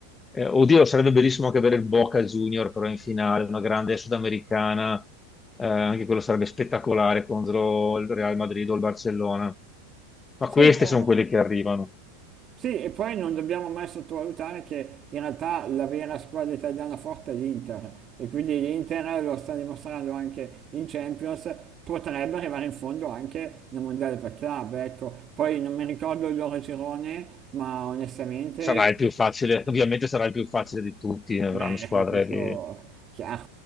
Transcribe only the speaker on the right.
Sì,
beh,
Sì, e poi non dobbiamo mai sottovalutare che in realtà la vera squadra italiana forte è l'Inter e quindi l'Inter lo sta dimostrando anche in Champions, potrebbe arrivare in fondo anche nel Mondiale per club, ecco. Poi non mi ricordo il loro girone, ma onestamente,
beh,
<laughs> questo
è chiaro,